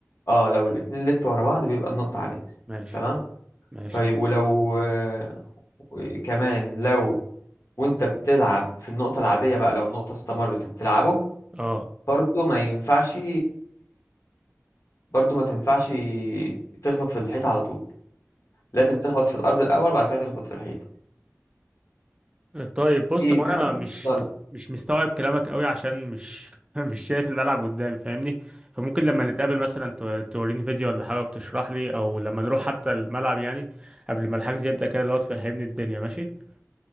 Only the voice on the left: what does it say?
اه لو الاتنين لت ورا بعض بيبقى النقطة عليك
تمام
طيب ولو آه، كمان لو وانت بتلعب في النقطة العادية بقى لو النقطة استمرت وبتلعبه
برضه ما ينفعش برضه ما تنفعش تخبط في الحيط على طول لازم تخبط في الأرض الأول بعد كده تخبط في الحيط
دي
ده
خسارة.